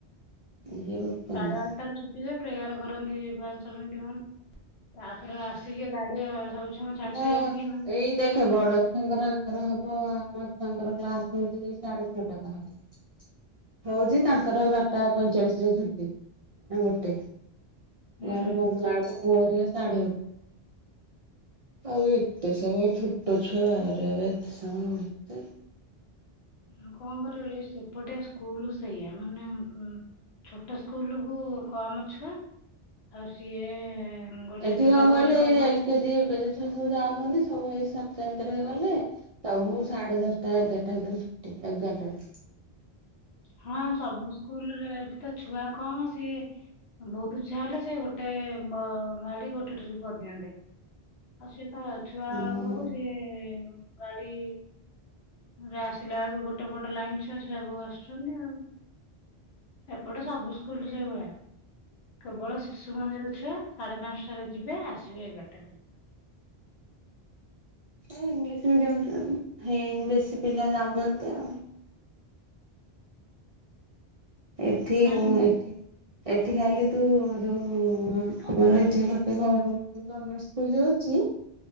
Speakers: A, on the right (about 50°); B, on the left (about 80°).
A: ଇଏ ବୋପା
B: ସାଡ଼େ
A: ମା
B: ଆଟଟାରୁ ଛୁ ପିଲେ ପ୍ରେୟାର୍ କରନ୍ତି ପାଞ୍ଚ ମିନିଟ୍ ଖନ୍ ତାପରେ ଆସିକି ଏ ଗାଡି ଏ ସବୁ ଛୁଆ
A: ସେଦିନ
B: ଛାଡି ଛାଡି ଆସିକି ଏମାନେ
A: ଏଇ ଦେଖେ ବଡ ଛୁଆଙ୍କର କର ହବ ଆମ ଛୁଆଙ୍କର କ୍ଲାସ୍ ହଉଛି ଏଇ ସାଢେ ଛଅ ଟା ପାଖାପାଖି। ହଉଚି ତାଙ୍କର ଏ ବାରଟା ପଇଁଚାଳିଶ ରେ ଛୁଟି। ନା ଗୋଟେ।
B: ହୁଁ
A: ଘରେ ପହଞ୍ଚିଲା ବେଳକୁ ପୁଅ ହେରିକା ସାଢେ ଗୋ ଆଉ ଏତେ ସମୟ ଛୋଟ ଛୁଆ ବାବାରେ ବାବା ଏତେ ସମୟ <inaudible>
B: ଆଉ କଣ କରିବୁ, ଏ ସେପଟେ ସ୍କୁଲ୍ ସେଇଆ। ମାନେ ଉଁ, ଛୋଟ ସ୍କୁଲ୍ କୁ କମ୍ ଛୁଆ। ଆଉ ସିଏ ଗୋଟେ
A: ଏଠି
B: ଦିଟା
A: କଣ କହିଲେ
B: ବସ୍ କ
A: ଏଇ ଏଲ୍ କେଜି, ୟୁ କେଜି ଛୁଆ ସବୁ ଯାଉଚନ୍ତି। ସବୁ ଏଇ ସାତ ଟା ଭିତରେ ଗଲେ ସବୁ ସାଢେ ଦଶଟା ଏଗାର ଟା ଭିତରେ ଛୁଟି, ଏଗାର ଟାରେ।
B: ହଁ ସବୁ ସ୍କୁଲ୍ ରେ ଏଠି ତ ଛୁଆ କମ୍ ସିଏ ଅ, ବହୁତୁ ଛୁଆ ହେଲେ ସେ ଗୁଟେ ବ ଗାଡି ଗୋ ଟୋଟାଲେ ପ ଦିଅନ୍ତେ। ଆଉ ସିଏ ତ ଛୁଆ ଅଳପକୁ
A: ଓହୋ
B: ସିଏ ଗାଡି ରେ ଆସିଲା ବେଳକୁ ଗୋଟେ ବଡ ଲାଇନ୍ ଛୁଆ ସେ ସବୁ ଆସୁଛନ୍ତି ଆଉ। ଏପଟେ ସବୁ ସ୍କୁଲ୍ ସେଇ ଭଳିଆ। କେବଳ ଶିଶୁ ମନ୍ଦିର ଛୁଆ ସାଢେ ପାନ୍ସଟାରେ ଯିବେ ଆସିବେ ଏଗାରଟା ରେ।
A: ଏ ଇଂଲିଶ ମିଡିୟମ୍ <inaudible> ହେଇନି ବେଶୀ ପିଲା ଯାଉ ନାହାନ୍ତି ଆଉ। ଏଠି
B: ହୁଁ
A: ଏଠି ଏଠି ଖାଲି ତୁ ଯୋଉ ଉଁ, ଆମର ଏଠି ଗୋଟେ ଗମେଣ୍ଟ ଏଇ ଗମେଣ୍ଟ ସ୍କୁଲ୍ ଯୋଉ ଅଛି